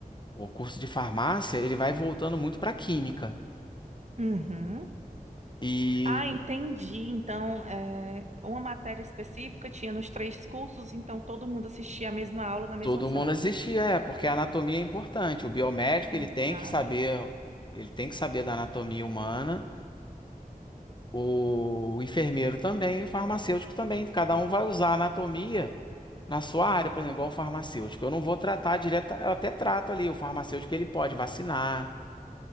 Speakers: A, on the left; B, on the right.
A: o curso de farmácia, ele vai voltando muito para química.
B: Uhum.
A: E
B: Ah, entendi. Então, eh, uma matéria específica tinha nos três cursos, então todo mundo assistia a mesma aula na mesma
A: todo
B: sala.
A: mundo assistia, é, porque a anatomia é importante. O biomédico,
B: Exato.
A: ele tem que saber, ele tem que saber da anatomia humana. O enfermeiro também, o farmacêutico também. Cada um vai usar a anatomia na sua área, por exemplo, igual o farmacêutico. Eu não vou tratar direto, eu até trato ali. O farmacêutico ele pode vacinar,